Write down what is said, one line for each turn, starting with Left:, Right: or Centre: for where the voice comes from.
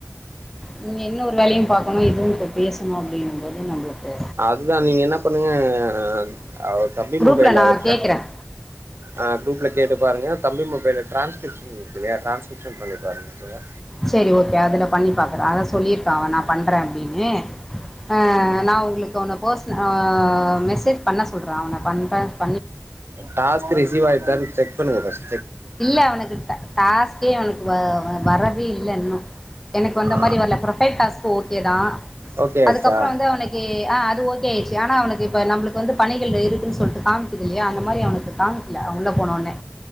Centre: நீங்க இன்னொரு வேலையு பாக்கணு இதுவு இப்ப பேசணு அப்டிகுபோது நம்ளுக்கு
Right: இதா நீங்க என்னா பண்ணுங்க ஆ ஆ ஆ அவர் தம்பி
Centre: குரூப்பில்
Right: மொபைல
Centre: நான்
Right: அத ட்ரா
Centre: கேட்குறேன்
Right: அ க்ரூப்ல கேட்டு பாருங்க தம்பி மொபைல்ல ட்ரான்ஸ்க்ரிப்ஷன் இருக்குல்லையா ட்ரான்ஸ்க்ரிப்ஷன் பண்ணி பாருங்க ஓகேவா
Centre: செரி ஓகே அதுல பண்ணி பாக்குறா அதா சொல்லிர்ப்பா அவ நா பண்ற அப்டின்னு ஆ நா உங்களுக்கு அவன பர்ஸ்னு ஆ மெசேஜ் பண்ண சொல்றா அவன பண்ற
Right: டாஸ்க் ரிசீவ் ஆய்ட்டான் செக் பண்ணுங்க ஃபஸ்
Centre: இல்ல அவனுக்குட்ட டாஸ் கே அவனுக்கு வ வ வரவே இல்ல இன்னு எனக் வந்த
Right: ஆ
Centre: மாரி வர்ல ப்ரொஃபைல் டாஸ்க் ஓக் கே தா
Right: ஓகே ஆயிடுச்சா
Centre: அதுக்கப்றோ வந்து அவனைக் கே ஆ அது ஓகே ஆய்ர்ச்சு ஆனா அவனுக்கு இப்ப நம்ளுக்கு வந்து பணிகள் இருக்குன் சொல்ட்டு காம்க்குது இல்லையா அந்த மாரி அவ்னுக்கு காமி கில்ல அவ் உள்ள போனவுனே